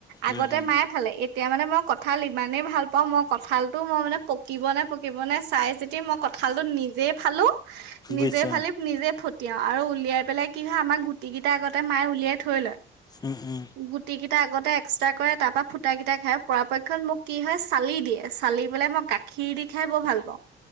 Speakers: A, on the right; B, on the left.
A: আগতে
B: উম, উম,
A: মায়ে ফালে তেতিয়া মানে মই কঁঠাল ইমানেই ভাল পাওঁ, মই কঁঠালটো মই মানে পকিবনে পকিবনে চাই চিতি মই কঁঠালটো নিজে ফালো
B: বুজিছো
A: নিজে ফালি নিজে ফুট তিয়া আৰু উলিয়াই পেলাই কি হয় আমাৰ গুটি কিটা আগতে মায়ে উলিয়াই থৈ লয়।
B: উম, উম,
A: গুটিকেইটা আগতে এক্সট্ৰা কৰে তাৰপৰা ফুটাকেইটা খায় পৰাপক্ষত মোক কি হয় চালি দিয়ে চালি পেলাই মই খিৰ দি খাই বৰ ভাল পাওঁ।